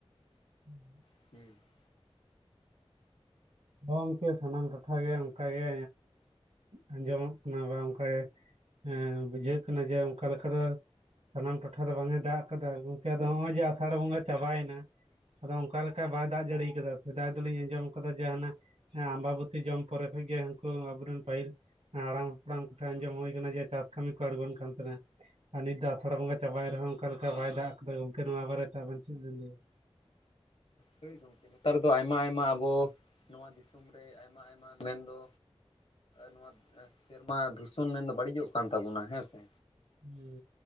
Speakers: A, on the right; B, on the left.
A: <inaudible>
B: <inaudible>
A: ᱜᱚᱝᱠᱮ ᱥᱟᱱᱟᱢ ᱴᱚᱴᱷᱟᱜᱮ ᱚᱱᱠᱟᱜᱮ ᱟᱸᱡᱚᱢᱚᱜ ᱠᱟᱱᱟ ᱵᱟ ᱚᱱᱠᱟᱜᱮ ᱦᱮᱸ ᱵᱩᱡᱷᱟᱹᱜ ᱠᱟᱱᱟ ᱡᱮ ᱚᱱᱠᱟ ᱞᱮᱠᱟ ᱫᱚ ᱥᱟᱱᱟᱢ ᱴᱚᱴᱷᱟ ᱫᱚ ᱵᱟᱝᱜᱼᱮ ᱫᱟᱜ ᱟᱠᱟᱫᱟ ᱜᱚᱢᱠᱮ ᱟᱫᱚ ᱱᱚᱜᱼᱚᱭ ᱡᱮ ᱟᱥᱟᱲ ᱵᱚᱸᱜᱟ ᱪᱟᱵᱟᱭᱮᱱᱟ ᱟᱫᱚ ᱚᱱᱠᱟ ᱞᱮᱠᱟ ᱵᱟᱭ ᱫᱟᱜ ᱡᱟᱹᱲᱤ ᱠᱟᱫᱟ ᱥᱮᱫᱟᱭ ᱫᱚᱞᱤᱧ ᱟᱸᱡᱚᱢ ᱠᱟᱫᱟ ᱡᱮ ᱦᱟᱱᱟᱜ ᱟᱢᱵᱟᱵᱛᱤ ᱡᱚᱢ ᱯᱚᱨᱮ ᱠᱷᱚᱡ ᱜᱮ ᱦᱟᱹᱱᱠᱩ ᱟᱵᱚᱨᱮᱱ ᱯᱟᱹᱦᱤᱞ ᱦᱟᱲᱟᱢ ᱦᱟᱯᱲᱟᱢ ᱠᱚᱴᱷᱮᱱ ᱟᱸᱡᱚᱢ ᱦᱩᱭ ᱟᱠᱟᱱᱟ ᱡᱮ ᱪᱟᱥ ᱠᱟᱹᱢᱤ ᱠᱚ ᱟᱲᱜᱚᱱ ᱠᱟᱱ ᱛᱟᱦᱮᱸᱱᱟ᱾ ᱟᱨ ᱱᱤᱛ ᱫᱚ ᱟᱥᱟᱲ ᱵᱚᱸᱜᱟ ᱪᱟᱵᱟᱭᱮᱱ ᱨᱮᱦᱚᱸ ᱚᱱᱠᱟ ᱞᱮᱠᱟ ᱵᱟᱭ ᱫᱟᱜ ᱟᱠᱟᱫᱟ ᱜᱚᱝᱠᱮ ᱱᱚᱣᱟ ᱵᱟᱨᱮᱛᱮ ᱟᱵᱮᱱ ᱪᱮᱫ ᱵᱮᱱ ᱞᱟᱹᱭᱟ?
B: ᱦᱚᱭ ᱜᱚᱝ ᱱᱮᱛᱟᱨ ᱫᱚ ᱟᱭᱢᱟ ᱟᱭᱢᱟ ᱟᱵᱚ ᱱᱚᱣᱟ ᱫᱤᱥᱚᱢ ᱨᱮ ᱟᱭᱢᱟ ᱟᱭᱢᱟ ᱢᱮᱱᱫᱚ ᱱᱚᱣᱟ ᱥᱮᱨᱢᱟ ᱫᱷᱩᱥᱚᱱ ᱢᱮᱱᱫᱚ ᱵᱟᱹᱲᱤᱡᱚᱜ ᱠᱟᱱ ᱛᱟᱵᱚᱱᱟ ᱦᱮᱸ ᱥᱮ᱾
A: ᱦᱩᱸ